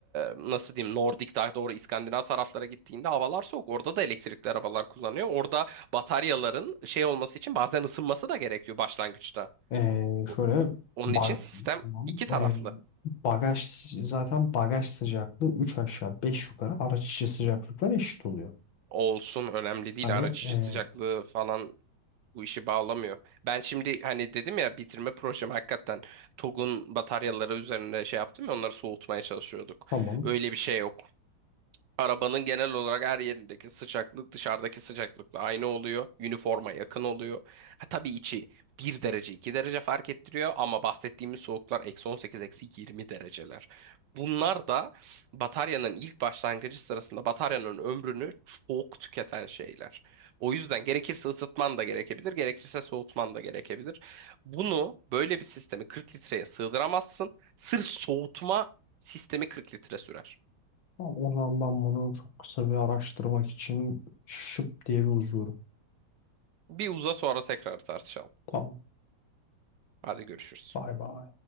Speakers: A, on the right; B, on the left.
A: nasıl diyeyim Nordik daha doğru İskandinav taraflara gittiğinde havalar soğuk. Orada da elektrikli arabalar kullanıyor. Orada bataryaların şey olması için bazen ısınması da gerekiyor başlangıçta.
B: Ee,
A: O-
B: şöyle
A: Onun
B: ba-
A: için sistem
B: tamam.
A: iki taraflı
B: Ee, bagaj zaten bagaj sıcaklığı 3 aşağı 5 yukarı araç içi sıcaklıklar eşit oluyor.
A: olsun önemli değil.
B: Hani
A: Araç içi
B: ee,
A: sıcaklığı falan bu işi bağlamıyor. Ben şimdi hani dedim ya bitirme projem hakikaten TOG'un bataryaları üzerine şey yaptım ya onları soğutmaya çalışıyorduk.
B: tamam.
A: Öyle bir şey yok. Arabanın genel olarak her yerindeki sıcaklık dışarıdaki sıcaklıkla aynı oluyor. Üniforma yakın oluyor. Ha, tabii içi bir derece 2 derece fark ettiriyor ama bahsettiğimiz soğuklar eksi 18 eksi 20 dereceler. Bunlar da bataryanın ilk başlangıcı sırasında bataryanın ömrünü çok tüketen şeyler. O yüzden gerekirse ısıtman da gerekebilir, gerekirse soğutman da gerekebilir. Bunu böyle bir sistemi 40 litreye sığdıramazsın. Sırf soğutma sistemi 40 litre sürer.
B: Tamam, O zaman ben bunu çok kısa bir araştırmak için şıp diye bir uzuyorum.
A: Bir uza sonra tekrar tartışalım.
B: Tamam.
A: Hadi görüşürüz.
B: Bay bay.